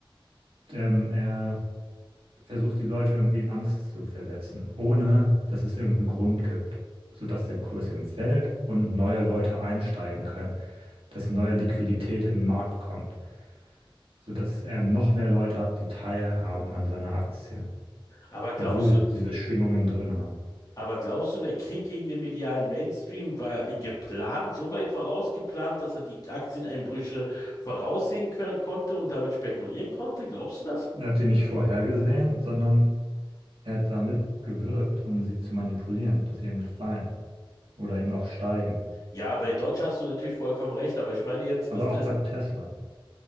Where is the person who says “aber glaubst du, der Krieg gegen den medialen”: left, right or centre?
Left